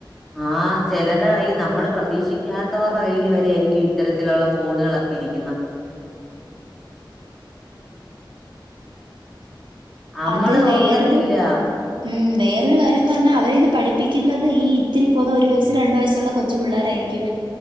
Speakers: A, in the centre; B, on the right.
A: ആഹ് ചെലര് ഈ നമ്മള് പ്രതീക്ഷിക്കാത്തവർടെ കയ്ൽ വരെ ആരിക്കും ഇത്തരത്തിലൊള്ള ഫോണ്- അമ്മള്
B: അതിൽ വേറൊരു
A: ഓർക്കത്തില്ലാ
B: ഉം വേറൊരു കാര്യന്ന് പറഞ്ഞ അവരെ ഇത് പഠിപ്പിക്കന്നത് ഈ ഇത്തിരി പോന്ന ഒരു വയസ്സ് രണ്ടു വയസൊള്ള കൊച്ചു പുള്ളാരാരിക്കും